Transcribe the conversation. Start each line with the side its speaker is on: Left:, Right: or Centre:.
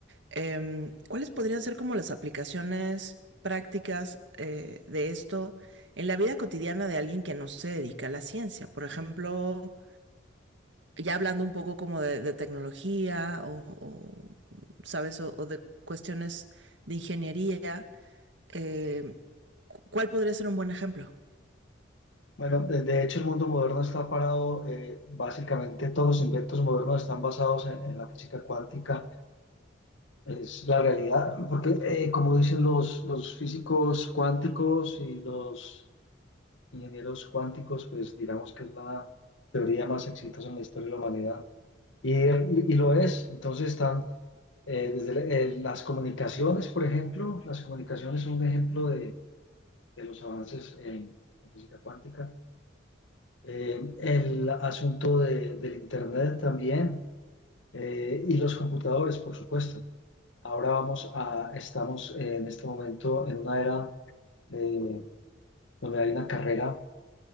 Right: em, ¿cuáles podrían ser como las aplicaciones prácticas eh, de esto en la vida cotidiana de alguien que no se dedica a la ciencia? Por ejemplo, ya hablando un poco como de, de tecnología o, o, ¿sabes? O, o de cuestiones de ingeniería, em, ¿cuál podría ser un buen ejemplo?
Left: Bueno, de, de hecho el mundo moderno está parado, eh, básicamente todos los inventos modernos están basados en, en la física cuántica, es la realidad, porque eh, como dicen los, los físicos cuánticos y los ingenieros cuánticos, pues digamos que es la teoría más exitosa en la historia de la humanidad, y, y lo es, entonces están eh, desde el- el- las comunicaciones, por ejemplo, las comunicaciones son un ejemplo de, de los avances en la física cuántica. eh, el asunto de- del Internet también eh, y los computadores, por supuesto. Ahora vamos a, estamos eh, en este momento en una era de- donde hay una carrera